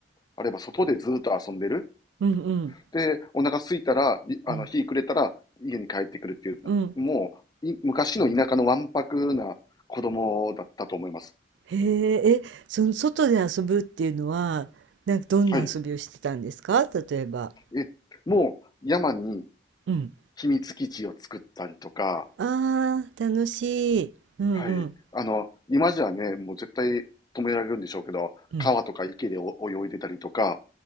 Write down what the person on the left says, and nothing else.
あれば外でずっと遊んでる。
で、お腹空いたら、いあの、
日暮れたら家に帰ってくるっていう、
もう、い昔の田舎のわんぱくな子供だったと思います。
はい。え、もう山に
秘密基地を作ったりとか、
はい。あの、今じゃね、もう絶対止められるんでしょうけど、
川とか池でお泳いでたりとか、